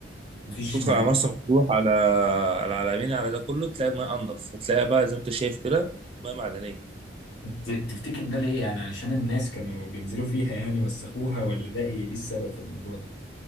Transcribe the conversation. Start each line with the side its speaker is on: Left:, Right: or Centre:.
Left: مفيش
Right: تدخل
Left: مروح
Right: على مرسى مطروح على على العلمين على ده كله تلاقي المياه انضف هتلاقيها بقى زي ما انت شايف كده مياه معدنيه
Left: ت- تفتكر ده ليه يعني علشان الناس كانوا بينزلوا فيها يعني وسخوها ولا ده ايه إيه السبب في الموضوع ده